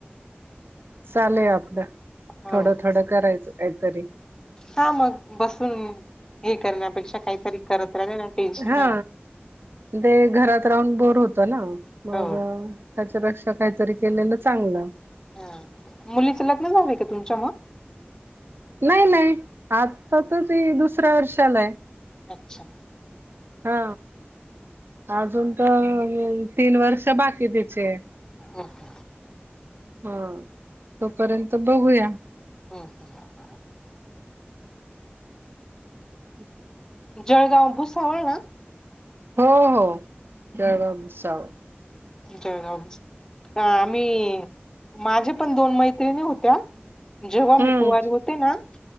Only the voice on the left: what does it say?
हा
हा मग बसून हे करण्यापेक्षा काहीतरी करत राहिलं ना टेन्शन
नाही राहत.
हो
हम्म, मुलीचं लग्न झालय का तुमच्या मग?
अच्छा!
हम्म.
हम्म हम्म.
जळगाव भुसावळे ना.
त आम्ही माझ्या पण दोन मैत्रिणी होत्या. जेव्हा
मी कुवारी होते ना.